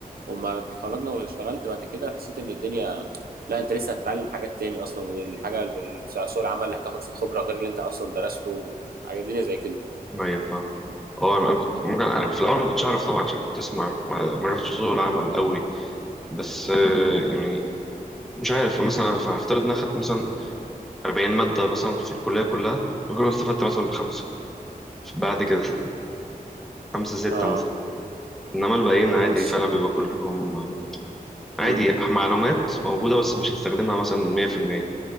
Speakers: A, on the right (about 85°); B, in the centre.
A: وما اتخرجنا واشتغلت بعد كده حسيت ان الدنيا لا انت لسه هتتعلم حاجات تاني اصلا والحاجه بال- بتاع سوق العمل اللي هتاخد فيه خبره غير اللي انت اصلا درسته حاجه الدنيا زي كده
B: ايوه فاهم اه انا كنت ممكن انا في الاول ما كنتش اعرف طبعا عشان كنت اسمع ما ما ما رحتش سوق العمل قوي بس آه، يعني مش عارف مثلا هفترض ان انا خدت مثلا 40 ماده مثلا في الكليه كلها وكل ما استفدت مثلا بخمسه بعد كده <laughs> خمسه سته
A: اه
B: مثلا انما الباقيين عادي
A: خمس
B: فعلا بيبقى كلهم عادي
A: امم
B: معلومات موجوده بس مش هستخدمها مثلا 100%